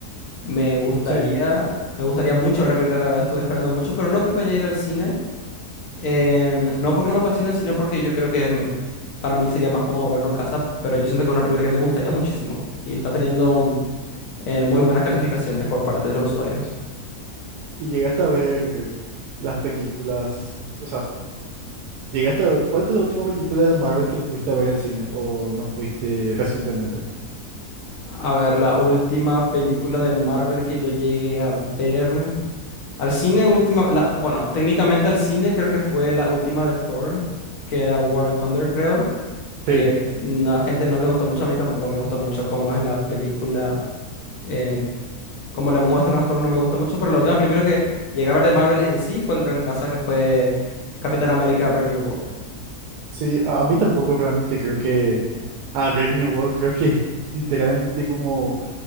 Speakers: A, on the left (about 60°); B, on the right (about 85°).
A: me gustaría,
B: Sí.
A: me gustaría mucho ver la película, la verdad estuve esperando mucho, pero no creo que vaya a ir al cine, en- no porque no me apasione, sino porque yo creo que me- para mí sería más cómodo verlo en casa, pero yo siento que es una película que me gustaría muchísimo y está teniendo eh, muy buenas calificaciones por parte de los usuarios.
B: Y llegaste a ver las películas, o sea, llegaste a ver, ¿cuál fue la última película de Marvel que fuiste a ver al cine o no fuiste recientemente?
A: A ver, la última película de Marvel que yo llegué a ver. Al cine, última, la- bueno, técnicamente al cine creo que fue la última de Thor, que era War and Thunder, creo, que
B: Sí,
A: mm, a la gente no le gustó mucho, a mí tampoco me gustó mucho cómo es la película, en, cómo le muestran a Thor no me gusta mucho, pero la última película que llegué a ver de Marvel en sí fue en casa, que fue Capitán América Brave New World.
B: sí, a, a mí tampoco realmente creo que, a Brave New World creo que <laughs> literalmente como